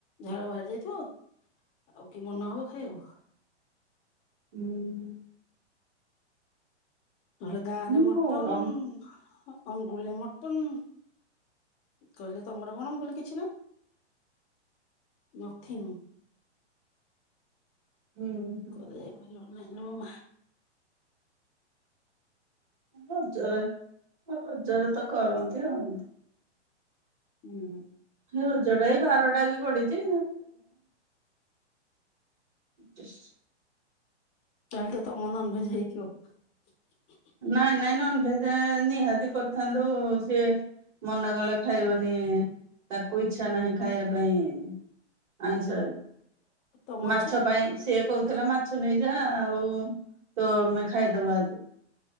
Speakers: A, on the left; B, on the right.
A: ଝାଳ ବାହାରି ଯାଇଥିବ। ଆଉ କି ମନ ହବ ଖାଇବାକୁ?
B: ହୁଁ।
A: ନହେଲେ ଗାଁରେ
B: ହୁଁ
A: ମଟନ।
B: ଗରମ
A: ଅଙ୍ଗୁଳି ମଟନ କହିଲେ ତମର କଣ ମୁଁ କହିଲି କିଛି ନାହିଁ। ନଥିଙ୍ଗ। <inaudible>
B: ହୁଁ ହୁଁ ରଜରେ ରଜରେ ତ କରନ୍ତି ଆଉ
A: ହୁଁ।
B: ରଜଟା ଏଇ ବାରଟା ବି ପଡିଛି। ଜେସ୍।
A: ତାହାଲେ ତମ ନନଭେଜ ହେଇଥିବ।
B: ନାଇଁ ନାଇଁ ନନଭେଜଟା ନିହାତି କରିଥାନ୍ତୁ ସିଏ ମନା କଲେ ଖାଇବନି ତାକୁ ଇଛା ନାହିଁ ଖାଇବା ପାଇଁ। ଆଇଁଷ ଆଜି
A: ତମ
B: ମାଛ
A: ଇଚ୍ଛା
B: ପାଇଁ ସିଏ କହୁଥିଲା ମାଛ ନେଇଯା ଆଉ ତ ଆମେ ଖାଇଦବ ଆଜି।